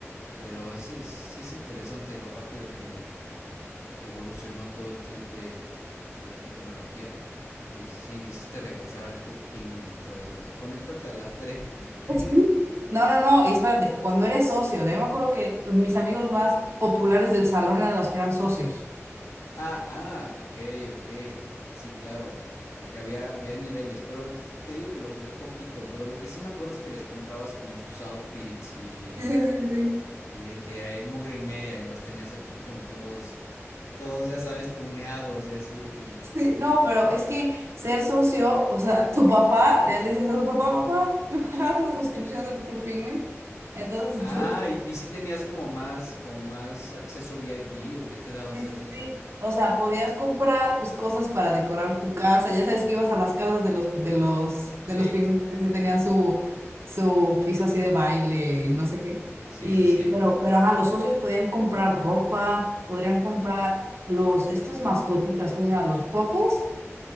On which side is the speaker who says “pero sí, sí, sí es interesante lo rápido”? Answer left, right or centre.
Left